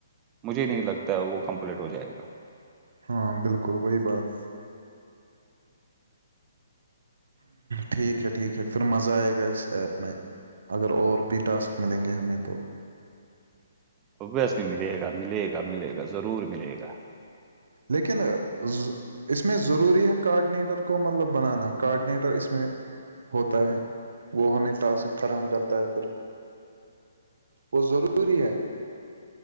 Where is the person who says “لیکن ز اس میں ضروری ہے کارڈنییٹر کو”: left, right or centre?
Right